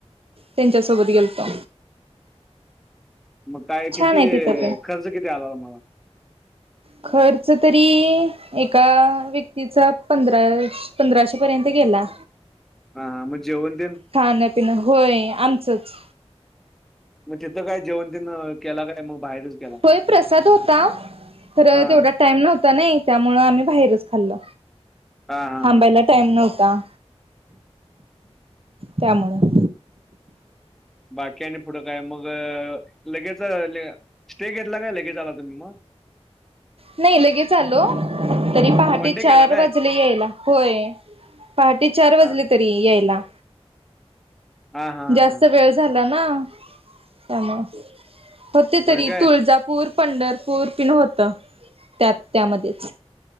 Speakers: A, on the right; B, in the centre.
A: त्यांच्यासोबत गेलतो.
B: मग काय
A: छान
B: किती,
A: आहे तिथं पण
B: खर्च किती आला तुमाला?
A: खर्च तरी एका व्यक्तीचा पंधरा पंधराशे पर्यंत गेला.
B: हा मग जेवण तेंन.
A: खान पिण होय आमचंच
B: म तिथं काय जेवणतेनं केला काय मग बाहेरच. केला
A: होय प्रसाद होता खरं
B: हा
A: तेवढात टाईम नव्हता नाही त्यामुळ आम्ही बाहेरच खाल्ल
B: हा हा
A: थांबायला
B: हा
A: टईम नव्हता त्यामुळं.
B: बाकी आन पुढं काय मग. लगेच ले स्टे घेतला काय लगेच आला तुम्ही म
A: नाही लगेच आलो तरी पहाटे
B: वन डे
A: चार
B: केला काय
A: वाजले यायला होय. पहाटे चार वाजले
B: हा
A: तरी यायला.
B: हा हा. हा
A: जास्त
B: हा.
A: वेळ झाला ना त्यामुळे होते तरी
B: होय काय
A: तुळजा पूर पंढरपूर पिण होत त्यात त्यामध्येच